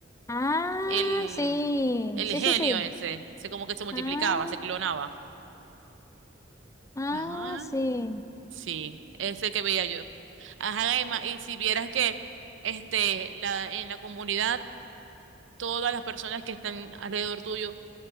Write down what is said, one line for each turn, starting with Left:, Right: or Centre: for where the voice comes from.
Left: Ah,
Right: El,
Left: sí,
Right: el
Left: sí,
Right: genio
Left: sí, sí.
Right: ese, se como que se multiplicaba,
Left: Ah,
Right: se clonaba.
Left: ah,
Right: Ajá,
Left: sí.
Right: sí, ese que veía yo. Ajá, Emma, y si vieras que este, la, en la comunidad, todas las personas que están alrededor tuyo